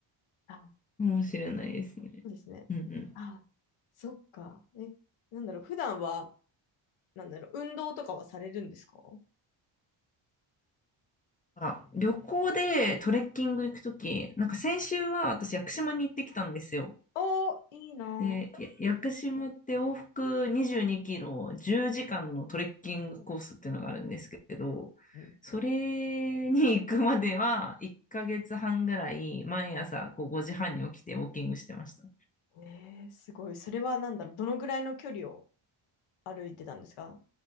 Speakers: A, on the left (about 85°); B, on the left (about 20°).
A: あ、
B: もしれないですね。
A: そうですね。
B: うんうん。
A: あ、そっか。え、なんだろう、普段は、なんだろう、運動とかはされるんですか
B: あ、旅行でトレッキング行くとき、なんか先週は私屋久島に行ってきたんですよ。
A: おー、いいなぁ。
B: で、や屋久島って往復22キロ10時間のトレッキングコースっていうのがあるんですけど、
A: うんうん
B: それに行くまでは1ヶ月半ぐらい毎朝こう5時半に起きてウォーキングしてました。
A: えー、すごい。それは何だろう。どのぐらいの距離を歩いてたんですか